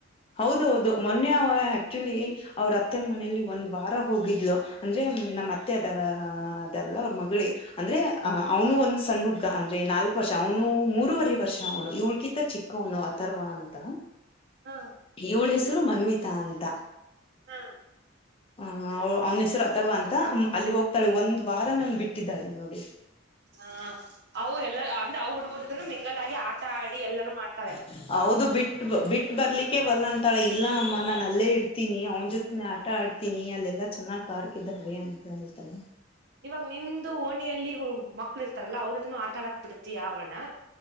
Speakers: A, on the left; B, on the right.
A: ಹೌದು ಹೌದು ಮೊನ್ನೆ ಅ ಆಕ್ಚುಲಿ ಅವ್ರು ಅತ್ತೆ ಮನೆಯಲ್ಲಿ ಒಂದ್ ವಾರ ಹೋಗಿದ್ಲು. ನಿಜ ನಮ್ಮ್ ಅತ್ತೆ ಬ ರ ಹ ಬರಲ್ಲ ಅವ್ರು ಮಗಳಿಗೆ. ಅಂದ್ರೆ ಅ ಅವನು ಒಂದ್ ಸಣ್ಣ ಹುಡ್ಗ ಅಂದ್ರೆ ನಾಲ್ಕು ವರ್ಷ ಅವನು ಮೂರುವರೆ ವರ್ಷ ಅವನು ಇವಳ್ಕಿಂತ ಚಿಕ್ಕ ಕನು ಅಥರ್ವ ಅಂತ.
B: ಹಾ
A: ಇವಳು ಹೆಸರು ಮನ್ವಿತಾ ಅಂತ.
B: ಹಾ
A: ಹ ಅವ್ನ ಹೆಸರು ಅಥರ್ವ ಅಂತ ಅಲ್ಲಿಗೆ ಹೋಗ್ತಾಳೆ ಒಂದ್ ವಾರ ನನನ್ನು ಬಿಟ್ಟಿದ್ದಾಳೆ ನೋಡಿ.
B: ಹಾ ಅವಳು ಎಲ್ಲ ಅಂದ್ರೆ ಅ ಹುಡುಗರೂ ಜೊತೆನು ಮಿಂಗಲ್ ಆಗಿ ಆಟ ಆಡಿ ಎಲ್ಲಾನೂ ಮಾಡಿ,
A: <inaudible> ಹೌದು ಬಿಟ್ಟ ಬಿಟ್ಟು ಬರ್ಲಿಕ್ಕೆ ಒಲ್ಲ ಅಂತಾಳ ಇಲ್ಲ ಅಮ್ಮ ನಾನು ಅಲ್ಲೇ ಇರ್ತೀನಿ ಅವ್ನ ಜೊತೆನೆ ಆಟ ಆಡ್ ತಿನಿಯಲ್ಲೆಲ್ಲಾ ಚೆನ್ನಾಗ್ ಪಾರ್ಕ್ ಇದ್ದ ಭಯ ಅನ್ಕೊಂಡಿರ್ತಾರೆ.
B: ಇವಾಗ ನಿಮ್ದು ಓಣಿಯಲ್ಲಿ ಮಕ್ಳು ಇರ್ತಾರಲ್ಲಾ ಅವರತ್ರನೂ ಆಟ ಆಡಾಕ್ ಬಿಡ್ತೀಯ ಅವ್ಳ್ನ.